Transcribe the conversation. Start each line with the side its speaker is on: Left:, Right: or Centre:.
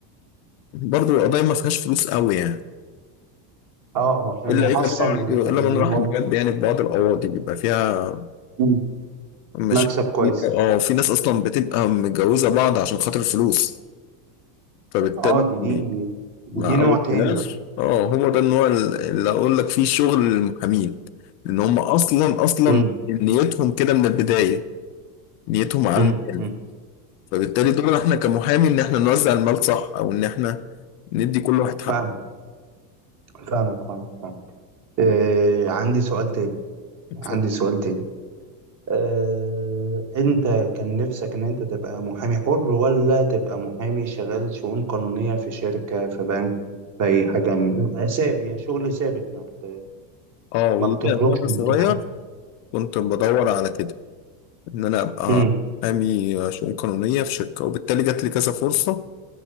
Left: برضو القضايا ما فيهاش فلوس قوي يعني
Right: اه اه المحصل
Left: إلا إلا بقى- إلا
Right: يعني من
Left: من رحم
Right: ورا
Left: بجد يعني في بعض القواضي بيبقى فيها
Right: مم.
Left: مشاكل
Right: مكسب كويس
Left: كبيرة. اه في ناس أصلا بتبقى متجوزة بعض عشان خاطر الفلوس فبالتالي
Right: اه دي دي دي,
Left: مع
Right: دي نوع
Left: أول
Right: تاني
Left: فلاش
Right: بقى
Left: اه هو ده النوع اللي أقول لك فيه شغل المحامين إن هم أصلا أصلا
Right: امم
Left: نيتهم كده من البداية نيتهم على
Right: امم
Left: المال فبالتالي دورنا احنا كمحامي ان احنا نوزع المال صح او ان احنا ندي كل واحد حقه
Right: فاهمك فاهمك فاهمك فاهمك آه عندي سؤال تاني
Left: اتفضل
Right: عندي سؤال تاني آه انت كان نفسك ان انت تبقى محامي حر ولا تبقى محامي شغال شؤون قانونية في شركة في بنك في اي حاجة من- ثابت يعني شغل ثابت ما بت...
Left: اه والله
Right: ما بتخرجش
Left: يعني وانا
Right: من
Left: صغير
Right: تتحرك
Left: كنت بدور على كده ان انا ابقى
Right: امم
Left: محامي شؤون قانونية في شركة وبالتالي جات لي كذا فرصة